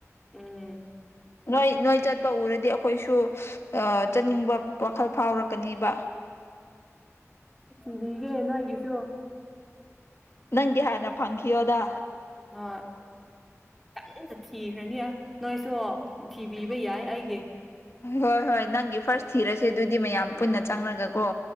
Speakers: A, in the centre; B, on the left.
A: ꯎꯝ
B: ꯅꯣꯏ ꯅꯣꯏ ꯆꯠꯄ ꯎꯔꯗꯤ ꯑꯈꯣꯏꯁꯨ ꯑꯥ ꯆꯠꯅꯤꯡꯕ ꯋꯥꯈꯜ ꯐꯥꯎꯔꯛꯀꯅꯤꯕ
A: ꯊꯤꯕꯤꯒꯦ ꯅ‌ꯣꯏꯒꯤꯖꯨ
B: ꯅꯪꯒꯤ ꯍꯥꯟꯅ ꯐꯪꯈꯤꯌꯣꯗ
A: ꯍꯣꯏ ꯀꯟꯅ ꯊꯤꯈꯔꯅꯤ ꯌꯥ ꯅꯣꯏꯁꯨ ꯊꯤꯕꯤꯕ ꯌꯥꯏ ꯑꯩꯒꯤ
B: ꯍꯣꯏ ꯍꯣꯏ ꯅꯪꯒꯤ ꯐꯥꯔꯁ ꯊꯤꯔꯁꯦ ꯑꯗꯨꯗꯤ ꯃꯌꯥꯝ ꯄꯨꯟꯅ
A: ꯎꯝ
B: ꯆꯪꯂꯒ ꯀꯣ